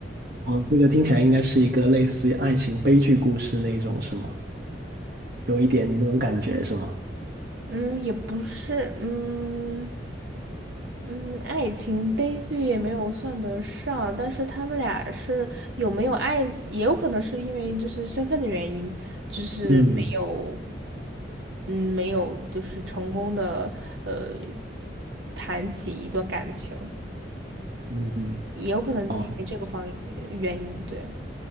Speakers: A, on the right; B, on the right.
A: 哦，这个听起来应该是一个类似于爱情悲剧故事那一种，是吗？有一点那种感觉，是吗？
B: 嗯，也不是，嗯嗯，爱情悲剧也没有算得上，但是他们俩是有没有爱情，也有可能是因为就是身份的原因，就是没有，
A: 嗯
B: 嗯，没有就是成功的呃谈起一段感情，
A: 嗯嗯
B: 也有可能因为这个方呃原因，
A: 哦，
B: 对，